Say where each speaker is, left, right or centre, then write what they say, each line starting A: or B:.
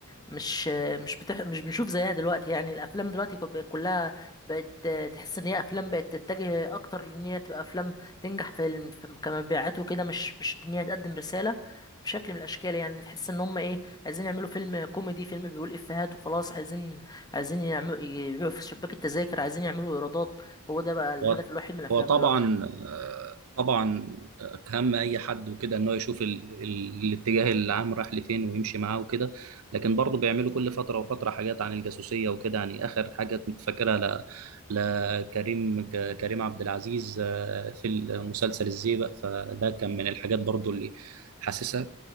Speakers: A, on the left; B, on the right.
A: مش مش بتح... مش بنشوف زيها دلوقتي يعني الافلام دلوقتي كو- بقت كلها بقت تحس ان هي افلام بقت تتجه اكتر لان هي تبقى افلام تنجح في الم... في- كمبيعات وكده مش مش ان هي تقدم رساله بشكل من الاشكال يعني تحس ان هم ايه عايزين يعملوا فيلم كوميدي فيلم بيقول افيهات وخلاص عايزين عايزين يعملوا يبيعوا في شباك التذاكر عايزين يعملوا ايرادات هو ده بقى الهدف
B: هو
A: الوحيد من الافلام
B: هو طبعا
A: دلوقتي
B: آه، طبعا آه، كهم اي حد وكده ان هو يشوف ال... ال... الاتجاه العام رايح لفين ويمشي معاه وكده لكن برضه بيعملوا كل فتره وفتره حاجات عن الجاسوسيه وكده يعني اخر حاجه كنت فاكرها ل... لكريم ك... كريم عبد العزيز آه، في مسلسل الزيبق فده كان من الحاجات برضه اللي حاسسها